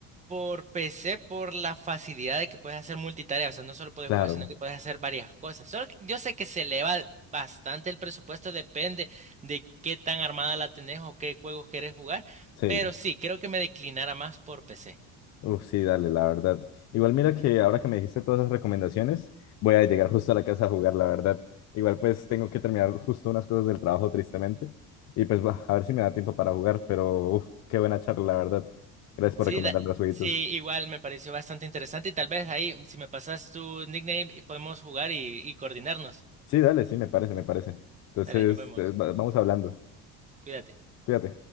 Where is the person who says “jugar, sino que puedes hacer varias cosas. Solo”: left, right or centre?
Right